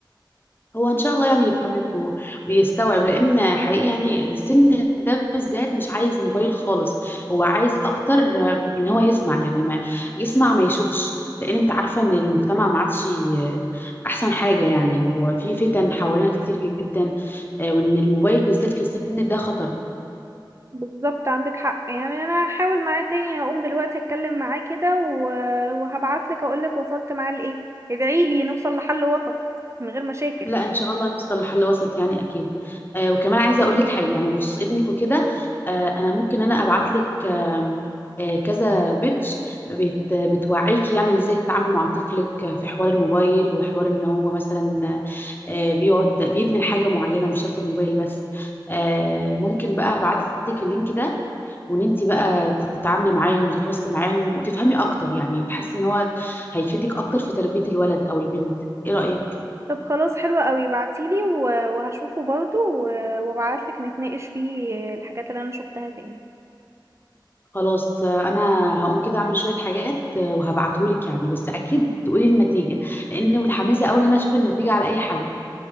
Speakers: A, on the left (about 25°); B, on the right (about 35°).
A: هو ان شاء الله يعني يفهمك و- ويستوعب لان حقيقي يعني السن ده بالذات مش عايز موبايل خالص هو عايز اكتر آه، ان هو يسمع يعني ما يسمع ما يشوفش لان انت عارفه ان المجتمع ما عادش آه، احسن حاجه يعني وفي فتن حوالينا كتير جدا آه، وان الموبايل بالذات في السن ده خطر
B: بالظبط عندك حق يعني انا هحاول معاه تاني هقوم دلوقتي اتكلم معاه كده و... وهبعتلك اقولك وصلت معاه لايه ادعيلي نوصل لحل وسط من غير مشاكل
A: لا ان شاء الله نوصل لحل وسط يعني اكيد آه وكمان عايزه اقول لك حاجه يعني بخصوص ابنك وكده آه انا ممكن انا ابعت لك آه آه كذا بيدج بت بتوعيكي يعني ازاي تتعامل مع طفلك في حوار الموبايل وحوار ان هو مثلا آه بيقعد بيدمن حاجه معينه مش شرط الموبايل بس آه ممكن بقى ابعت لك اللينك ده وان انت بقى تتعاملي معاهم وتتواصلي معاهم وتفهمي اكتر يعني تحسي ان هو هيفيدك اكتر في تربيه الولد او البنت ايه رايك
B: طب خلاص حلوة قوي بعتيلي و- وهشوفه برضو و- وابعتلك نتناقش فيه الحاجات اللي انا شفتها تاني
A: خلاص آه، انا هقوم كده اعمل شويه حاجات آه، وهبعتهولك يعني بس اكيد تقولي النتيجه لاني متحمسه قوي ان انا اشوف النتيجه على اي حد